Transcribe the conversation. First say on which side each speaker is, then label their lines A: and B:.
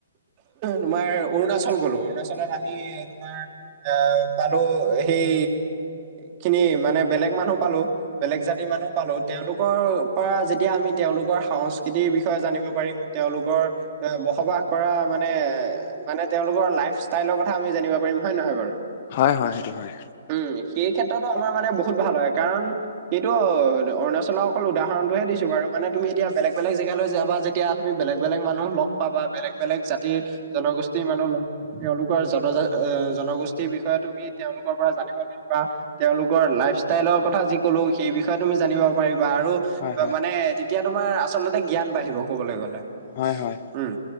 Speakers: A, on the right (about 30°); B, on the left (about 40°).
A: তোমাৰ অৰুনাচল গ'লো, অৰুনাচল আমি তোমাৰ পালো সেই খিনি মানে বেলেগ ম মানহ পালো বেলেগ জাতিৰ মানুহ পালো তেওঁলোকৰ পৰা যেতিয়া আমি তেওঁলোকৰ সংস্কৃতিৰ বিষয় ষ জানিব পাৰিম তেওঁলোকৰ এ বসবাস কৰা মানে মানে তেওঁলোকৰ লাইফস্থাইল কথা আমি জানিবপাৰিম হয় নহয় বাৰু?
B: হয় হয় সেইটো হয়।
A: উম, সেই ক্ষেত্ৰতো আমাৰ মানে বহুত ভাল হয় কাৰণ সেইটো অৰুণাচলৰ অকল উদাহৰণতটোহে দিছো। বাৰু মানে তুমি এতিয়া বলেগ বেগ যাবা যেতিয়া তুমি বেলেগ বেলেগ মানুহ লগ পাবা, বা বেলেগ বেলেগ জাতি- জনগোষ্ঠীৰ মানুহ লগ পাব তেওঁলোকৰ জন জনগোষ্ঠীৰ বিষয়ে তুমি তেওঁলোকৰ পৰা জানিব পাৰিব তেওঁলোকৰ লাইভ ষ্টাইলৰ কথা যি ক'লো সেই বিষয়ে তুমি জানিব পাৰিবা, বা আৰু
B: হয়
A: মানে তেতিয়া তোমাৰ আচলতে জ্ঞান বাঢ়িব কবলৈ গলে।
B: হয় হয়।
A: উম